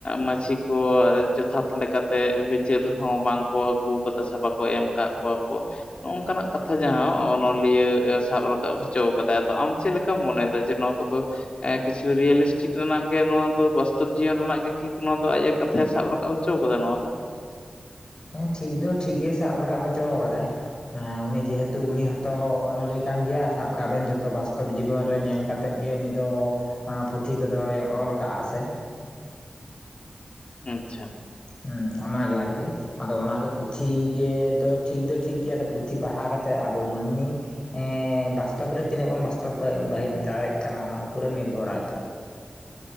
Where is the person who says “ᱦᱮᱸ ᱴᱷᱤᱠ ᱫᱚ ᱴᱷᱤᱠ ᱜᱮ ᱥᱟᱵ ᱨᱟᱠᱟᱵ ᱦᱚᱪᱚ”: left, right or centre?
Left